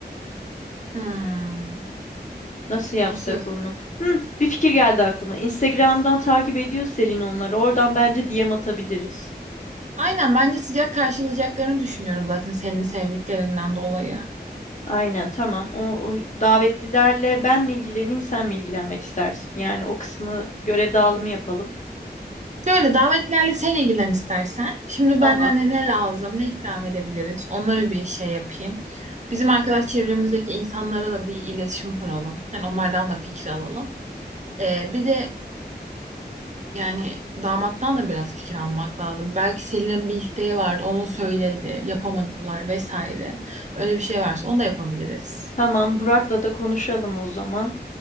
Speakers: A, on the right; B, on the left.
A: Hmm,
B: Nasıl yapsak
A: nasıl yap?
B: onu? Hı, bir fikir geldi aklıma. Instagram'dan takip ediyor Selin onları. Oradan bence DM atabiliriz.
A: Aynen bence sıcak karşılayacaklarını düşünüyorum zaten senin sevdiklerinden dolayı.
B: Aynen tamam. O, o davetlilerle ben mi ilgileneyim sen mi ilgilenmek istersin? Yani o kısmı görev dağılımı yapalım.
A: Şöyle davetlerle sen ilgilen istersen. Şimdi
B: Tamam.
A: ben hani ne lazım, ne ikram edebiliriz? Onlara bir şey yapayım. Bizim arkadaş çevremizdeki insanlara da bir iletişim kuralım. Yani onlardan da fikir alalım. Ee, bir de yani damattan da biraz fikir almak lazım. Belki Selin'in bir isteği vardı, onu söyledi, yapamadılar vesaire. Öyle bir şey varsa onu da yapabiliriz.
B: Tamam Burak'la da konuşalım o zaman.